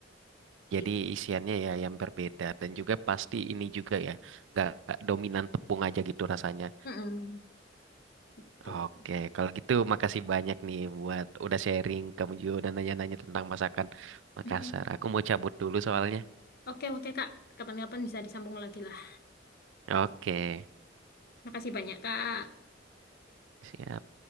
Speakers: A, on the left (about 55°); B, on the right (about 75°).
A: Gitu.
B: Jadi isiannya ya yang berbeda dan juga pasti ini juga ya, nggak nggak dominan tepung aja gitu rasanya.
A: Mm-mm. Gitu.
B: Oke, kalau gitu makasih banyak nih buat udah sharing kamu juga udah nanya-nanya tentang masakan Makassar.
A: Mm-mm.
B: Aku mau cabut dulu soalnya.
A: Oke, oke Kak. Kapan-kapan bisa disambung lagi lah.
B: Oke,
A: Makasih banyak, Kak.
B: siap.